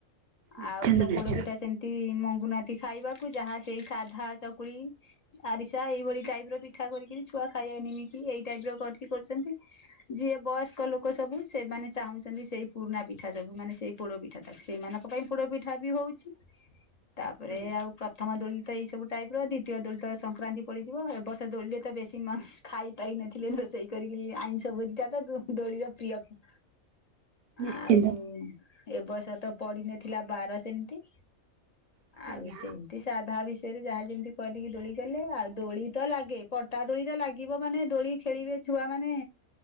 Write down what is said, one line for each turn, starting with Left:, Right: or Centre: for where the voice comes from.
Right: ନିଶ୍ଚିନ୍ତ
Left: ଆଉ ତ
Right: ନିଶ୍ଚିନ୍ତ
Left: ପୋଡ଼ ପିଠା ସେମତି ମଙ୍ଗୁନାହାନ୍ତି ଖାଇବାକୁ ଯାହା ସେଇ ସାଧା ଚକୁଳି। ଆରିସା ଏଇଭଳି ଟାଇପ୍ ର ପିଠା କରିକିରି ଛୁଆ ଖାଇବା ନିମିକିି ଏଇ ଟାଇପ୍ ର କରଛି କରୁଛନ୍ତି। ଯିଏ ବୟସ୍କ ଲୋକ ସବୁ ସେମାନେ ଚାହୁଁଛନ୍ତି ସେଇ ପୁରୁଣା ପିଠା ସବୁ ମାନେ ସେଇ ପୋଡ଼ ପିଠା ଟାକୁ ସେଇମାନଙ୍କ ପାଇଁ ପୋଡ଼ ପିଠା ବି ହଉଛି। ତାପରେ
Right: ଆଜ୍ଞା
Left: ଆଉ ପ୍ରଥମ ଦୋଲ ତ ଏଇ ସବୁ ଟାଇପ୍ ର ଦ୍ଵୀତୀୟ ଦୋଳି ତ ସଂକ୍ରାନ୍ତି ପଡ଼ିଯିବ ଏ ବର୍ଷ ଦୋଳିରେ ତ ବେଶୀ ମ ଖାଇ ପାଇ ନଥିଲେ ରୋଷେଇ କରିକିରି ଆଇଁଶ ଭୋଜିଟାତ ଦୋ ଦୋଳିର ପ୍ରିୟ।
Right: ନିଶ୍ଚିନ୍ତ
Left: ଆଉ ଏବର୍ଷ ତ ପଡ଼ିନଥିଲା ବାର ସେମିତି।
Right: ଆଜ୍ଞା
Left: ଆଉ ସେମିତି ସାଧା ବିଷୟରେ ଯାହା ଯେମିତି କରିକି ଦୋଳି କଲେ ଆଉ ଦୋଳି ତ ଲାଗେ ପଟା ଦୋଳି ତ ଲାଗିବ ମାନେ ଦୋଳି ଖେଳିବେ ଛୁଆ ମାନେ‌।